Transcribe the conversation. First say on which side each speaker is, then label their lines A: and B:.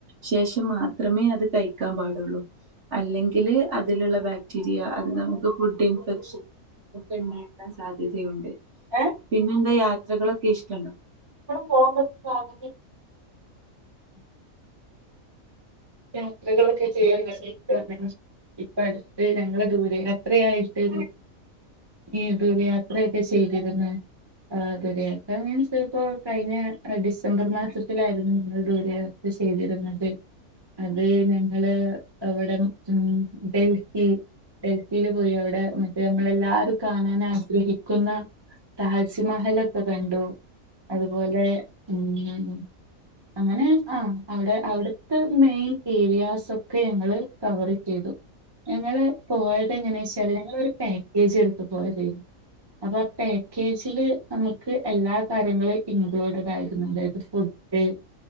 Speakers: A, on the right; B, on the right.
A: ശേഷം മാത്രമേ അത് കഴിക്കാൻ പാടുള്ളൂ അല്ലെങ്കില് അതിലുള്ള ബാ ക്ടീരിയ അത് നമുക്ക് ഫുഡ് ഇൻഫെക്ഷൻ ഒക്കെ ഉണ്ടാക്കാൻ സാധ്യതയുണ്ട്
B: ഏഹ്
A: പിന്നെന്താ യാത്രകളൊക്കെ ഇഷ്ടണ്ടോ
B: <unintelligible> പോകുമ്പോ <unintelligible> യാത്രകളൊക്കെ ചെയ്യാൻ വല്ല്യ ഇഷ്ടമാണ് ഇപ്പ അടുത്ത് ഞങ്ങള് ദൂര യാത്രയായിട്ട് ഈ ദൂരയാത്രയൊക്കെ ചെയ്തിരുന്നു ആഹ് ദൂരയാത്ര മീൻസ് ഇപ്പോ കഴിഞ്ഞ ഡിസംബർ മാസത്തിലായിരുന്നു ഞങ്ങൾ ദൂരയാത്ര ചെയ്തി എന്നിട്ട് അത് ഞങ്ങള് അവിടെ ഉം ഡൽഹി ഡൽഹിയിൽ പോയി അവിടെ മറ്റേ നമ്മളെല്ലാരും കാണാൻ ആഗ്രഹിക്കുന്ന താജ്മഹല്ല് ഒക്കെ കണ്ടു അതുപോലെ ഉം അങ്ങനെ ആ അവിടെ അവിടുത്തെ മെയിൻ ഏരിയാസ് ഒക്കെ ഞങ്ങള് കവറ് ചെയ്തു ഞങ്ങള് പോയത് എങ്ങനാ വെച്ചാല് ഞങ്ങള് ഒരു പാക്കേജ് എടുത്ത് പോയതാരുന്നു അപ്പൊ ആ പാക്കേജില് നമുക്ക് എല്ലാ കാര്യങ്ങളും ഇൻക്ലൂഡഡ് ആയിരുന്നു അതായത് ഫു ഡ്